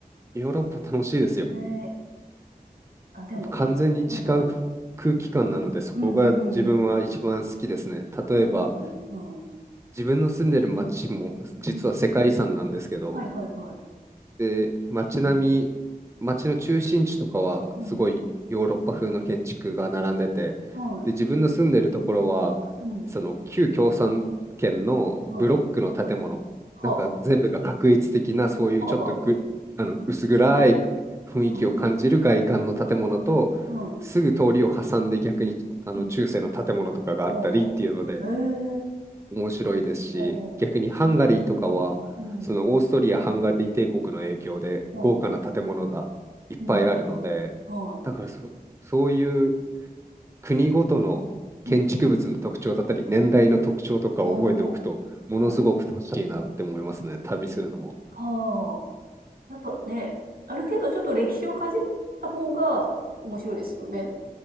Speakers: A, on the right (about 20°); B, on the right (about 85°).
A: ヨーロッパ楽しいですよ。
B: ねえ、あ、でも、
A: 完全に違う
B: はいはい。
A: 空気感なので、そこが自分は一番好きですね。
B: うんうんうんうん。
A: 例えば、
B: そうですね。うん。
A: 自分の住んでる街も実は世界遺産なんですけど、
B: うん。はいはいはい。
A: で、街並み、街の中心地とかはすごいヨーロッパ風の建築が並んでて、
B: うん。は
A: で、自分の住んでるところは、
B: い。うん。
A: その旧共産圏のブロックの建物、
B: はい。は
A: なんか全部が画一的な、そういうちょっとぐ、
B: あ、はあ、はあ。
A: あの薄暗い雰囲気を感じる外観の建物と、
B: うん。はい。
A: すぐ通りを挟んで逆にあの中世の建物とかがあったりっていうので、
B: うん。はあ、はあ。ええ
A: 面白いですし、
B: はあ、はあ、
A: 逆にハンガリーとかは、
B: はあ、はあ。うん。
A: そのオーストリア・ハンガリー帝国の影響で豪華な建物がいっぱいあるので、
B: はあ。うん。はい。
A: だからそ、そういう国ごとの建築物の特徴だったり、
B: うん。
A: 年代の特徴とかを覚えておくと、
B: おー。
A: ものすごく楽しいなって思いますね、
B: はい。
A: 旅するのも。
B: はあ。やっぱね、ある程度ちょっと歴史をかじった方が面白いですよね。